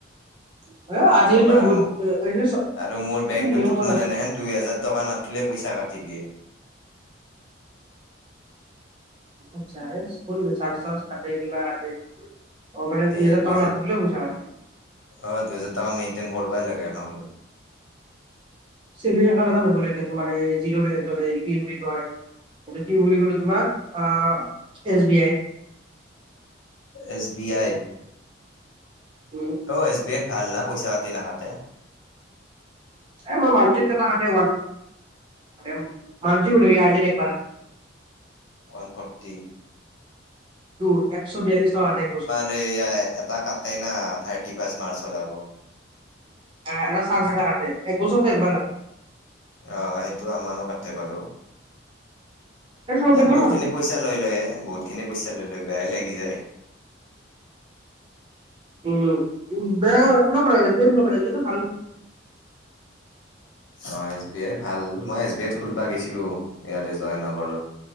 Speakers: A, on the right; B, on the left.
A: <unintelligible>
B: কি ক'বা আৰু আৰু মোৰ বেংকটোতো
A: নিয়ম বনাইছে
B: মানে এনেহেন দুই হেজাৰ টকা নাথকিলে পইচা কাটি দিয়ে।
A: আচ্ছা <unintelligible> কাটে, কিবা কাটে, অ মানে
B: তে
A: দুই হাজাৰ
B: দুহেজাৰ
A: টকা না থাকিলেও পইচা কাটে।
B: অ দুই হাজাৰ টকা মনটেইন কৰবই লাগে একাউণ্টত।
A: ছেভিং একাউণ্ট এটা নুব লাগে তোমাৰ জিৰ বেলেঞ্চত এই কি বুলি কয় কি কি বুলি কলো তোমাক অ S B I
B: S B আইত
A: উম
B: অ এছ বি আইত ভাল না পইচা পাতি নাকাতে
A: এহ মন্থলী এটা কাতে <inaudible> মানল আ <inaudible>
B: ওৱান ফৰটি
A: তোৰ একশ বিয়াল্লিশ টকা কাটে এক বছৰত।
B: এয়াই এটা কাটেই না থাৰ্তি ফাৰ্ষ্ট মাৰ্চ আ
A: <inaudible> এক বছৰ একবাৰ কাতে
B: অ সেইটো আমাৰো কাটে বাৰু,
A: এই চব বেংকৰে
B: এ বহুত
A: কাটে
B: খিনি পইচা লৈ লয় এ বহুত খিনি পইচা লৈ লয় বেয়াই লাগি যায়।
A: উম উ বেয়া <unintelligible>
B: অ এছ বি আই ভাল মই এছ বি আইত খুলীবা গৈছিলো ইয়াৰে জয়ানগৰত